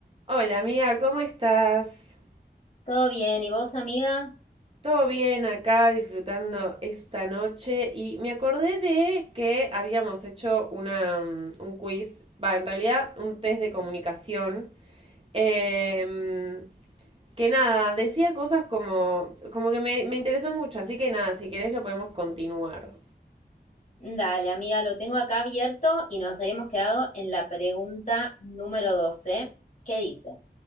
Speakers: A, on the right; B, on the left.
A: Hola amiga, ¿cómo estás?
B: Todo bien, ¿y vos, amiga?
A: Todo bien acá disfrutando esta noche y me acordé de que habíamos hecho una, mm, un quiz, va, en realidad un test de comunicación, em, que nada, decía cosas como, como que me, me interesó mucho, así que nada, si querés lo podemos continuar.
B: Dale, amiga, lo tengo acá abierto y nos habíamos quedado en la pregunta número 12 que dice,